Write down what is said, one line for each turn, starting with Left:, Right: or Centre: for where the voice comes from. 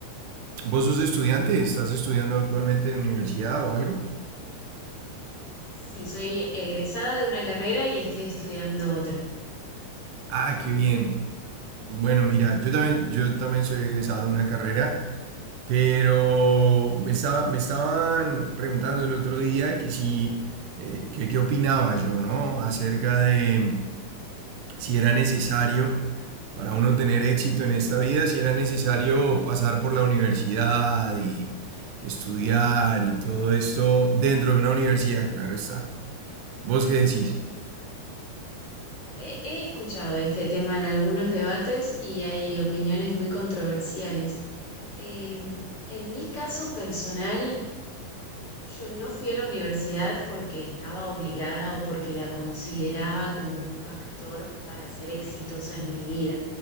Right: ¿vos sos estudiante? ¿Estás estudiando actualmente en la universidad o algo?
Left: Sí, soy egresada de una carrera y estoy estudiando otra.
Right: Ah, qué bien. Bueno, mira, yo también, yo también soy egresado de una carrera. Pero me estaba- me estaban preguntando el otro día que si, eh, que qué opinaba yo, ¿no? Acerca de mm, si era necesario para uno tener éxito en esta vida, si era necesario pasar por la universidad y estudiar y todo esto dentro de una universidad, claro está. ¿Vos qué decís?
Left: Ujú. He, he escuchado este tema en algunos debates y hay opiniones muy controversiales. Em, en mi caso personal, Yo no fui a la universidad porque estaba obligada o porque la consideraba como un factor para ser exitosa en mi vida.